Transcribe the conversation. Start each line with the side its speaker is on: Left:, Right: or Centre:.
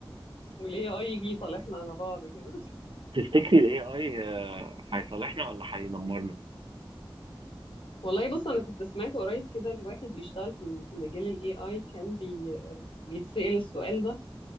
Left: والاي اي يجي يصالحنا على بعض كده
Right: تفتكري ال AI آه، هيصالحنا ولا هيدمرنا؟
Left: والله بص انا كنت سمعت قريب كده الواحد بيشتغل في في مجال الاي اي كان بي بيتسأل السؤال ده